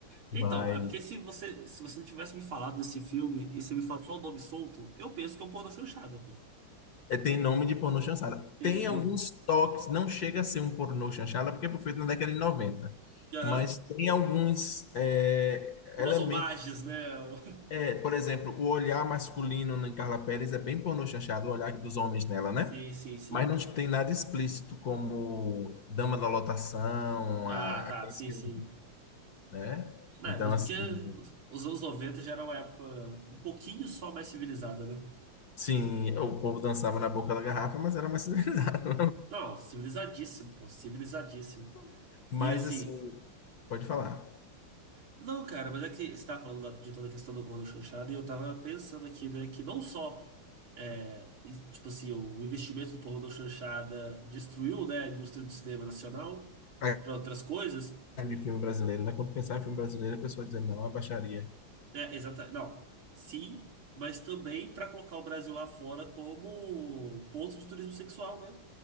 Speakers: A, on the right (about 80°); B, on the left (about 55°).
A: Então,
B: Mas
A: é porque se você, se você não tivesse me falado desse filme e você me fala só o nome solto, eu penso que é um pornô chanchada, pô.
B: é, tem nome de pornô chanchada.
A: Tem-
B: Tem
A: pô.
B: alguns toques, não chega a ser um pornô chanchada, porque foi feito na década de 90.
A: Aham.
B: Mas tem alguns é,
A: Umas
B: elementos
A: homagens, né? <laughs>
B: É, por exemplo, o olhar masculino em Carla Pérez é bem pornô chanchado, o olhar dos homens nela, né?
A: Sim, sim, sim.
B: Mas não tem nada explícito como Dama da Lotação,
A: Ah,
B: a-
A: tá,
B: aqueles
A: sim,
B: filmes,
A: sim.
B: né?
A: É,
B: Então,
A: mas
B: assim,
A: porque os anos 90 já era uma época um pouquinho só mais civilizada, né?
B: sim, o povo dançava na boca da garrafa, mas era mais civilizado.
A: Não, civilizadíssimo, pô, civilizadíssimo.
B: <laughs> Mas,
A: E assim,
B: assim, pode falar.
A: Não, cara, mas é que você tava falando da- de toda a questão do bolo chanchado e eu tava pensando aqui, né, que não só, é, e, tipo assim, o investimento do pornô chanchada destruiu, né, a indústria do cinema nacional
B: Aí,
A: para outras coisas,
B: De filme brasileiro, né? Quando pensar em filme brasileiro, a pessoa dizendo não, é baixaria.
A: né, exata, não, sim, mas também para colocar o Brasil lá fora como ponto de turismo sexual, né?